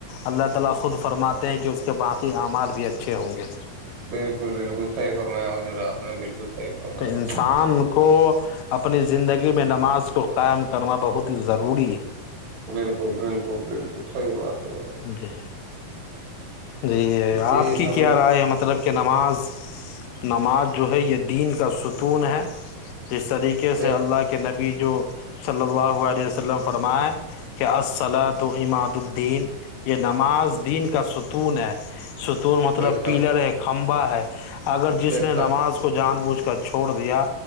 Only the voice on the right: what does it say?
بالکل بالکل صحیح فرمایا حضور آپ نے بالکل صحیح فرمایا
بالکل بالکل بال بالکل صحیح بات ہے
جی
ہم
بھی
بے
شک
بے شک
بے
شک